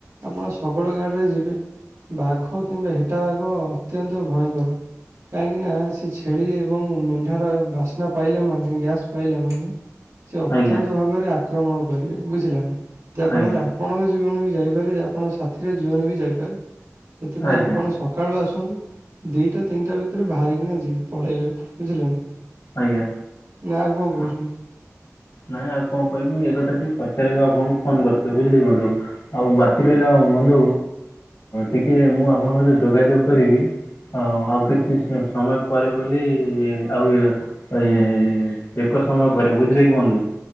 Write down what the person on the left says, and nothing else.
ଆଜ୍ଞା
ଆଜ୍ଞା
ଆଜ୍ଞା
ଆଜ୍ଞା
ହଁ।
ନାଇଁ ଆଉ କଣ କହିବି ଏଇ କଥା ଟିକେ ପଚାରିବାକୁ ଆପଣଙ୍କୁ ଫୋନ କରିୁଥିଲେ ବୁଝିଲେକି ବନ୍ଧୁ। ଆଉ ବାକି ରହିଲା ବନ୍ଧୁ ଟିକେ ମୁଁ ଆପଣଙ୍କ ସହିତ ଯୋଗାଯୋଗ କରିବି ହ ଆଉ କିଛି ସମୟ ପରେ ବୋଲି ଆଉ ଇଏ ଏ ଏକ ସମୟ ପରେ ବୁଝିଲେ କି ବନ୍ଧୁ।